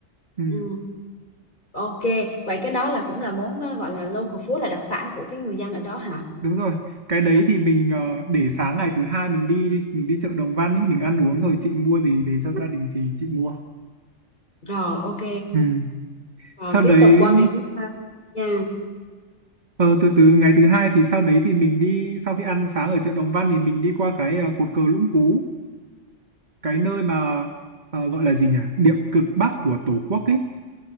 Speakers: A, on the right; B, on the left.
A: ừ.
B: ừ ok vậy cái đó là cũng là món ờ, gọi là local food là đặc sản của cái người dân ở đó hả
A: đúng rồi cái đấy thì mình ờ, để sáng ngày thứ hai mình đi đi mình đi chợ Đồng Văn ấy mình ăn uống rồi chị mua gì về cho gia đình thì chị mua
B: rồi ok
A: ừ
B: rồi
A: sau
B: tiếp
A: đấy
B: tục qua ngày thứ hai nha
A: Ờ, từ từ ngày thứ hai thì sau đấy thì mình đi sau khi ăn sáng ở chợ Đồng Văn thì mình đi qua cái ờ, cột cờ Lũng Cú cái nơi mà ờ, gọi là gì nhỉ điểm cực bắc của Tổ quốc ấy